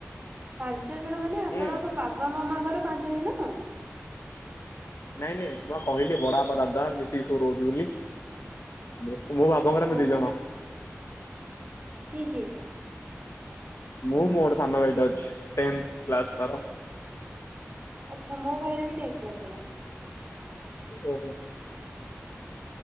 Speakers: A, on the right; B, on the left.
A: ପାଞ୍ଚ ଜଣ ମାନେ ଆପଣଙ୍କ
B: ହୁଁ
A: ବାବା ମାମାଙ୍କର ପାଞ୍ଚ ଜଣ?
B: ନାଇଁ ନାଇଁ ମୁଁ ପା କହିଲି ବଡା ବାପା ଦାଦା ମିଶିକି ସବୁ ରହୁଚି ବୋଲି। ମୋ ମୋ ବାବାଙ୍କର
A: ଓହୋ
B: ଆମେ ଦି ଜଣ।
A: କିଏ କିଏ?
B: ମୁଁ ମୋର ସାନ ଭାଇ ଟେ ଅଛି ଟେନ୍ଥ କ୍ଲାସ ତାର।
A: ଆଚ୍ଛା ମୋ ଭାଇର ବି ଟେଁନ୍ଥ କ୍ଲାସ୍ ହେଲା।
B: ଓ ହୋ।